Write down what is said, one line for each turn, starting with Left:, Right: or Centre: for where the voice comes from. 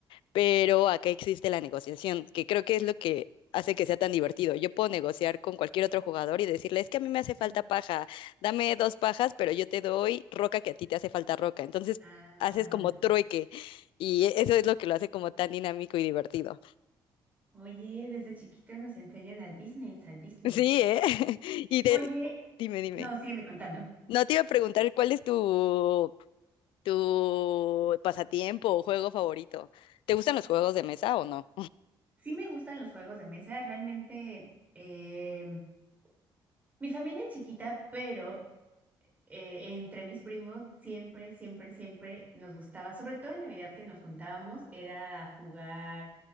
Left: pero acá existe la negociación, que creo que es lo que hace que sea tan divertido. Yo puedo negociar con cualquier otro jugador y decirle, es que a mí me hace falta
Right: ajá.
Left: paja, dame dos pajas, pero yo te doy roca que a ti te hace falta roca. Entonces
Right: Ah,
Left: haces como trueque y e, eso es lo que lo hace como tan dinámico y divertido.
Right: oye, desde chiquito nos enseñan al business, al business.
Left: Sí, ¿eh? <laughs> Y de...
Right: Oye,
Left: dime, dime.
Right: no, sígueme contando.
Left: No te iba a preguntar cuál es tu, tu pasatiempo o juego favorito. ¿Te gustan los juegos de mesa o no?
Right: Sí me gustan los juegos de mesa, realmente em, Mi familia es chiquita, pero eh, entre mis primos siempre, siempre, siempre nos gustaba, sobre todo en Navidad que nos juntábamos, era jugar.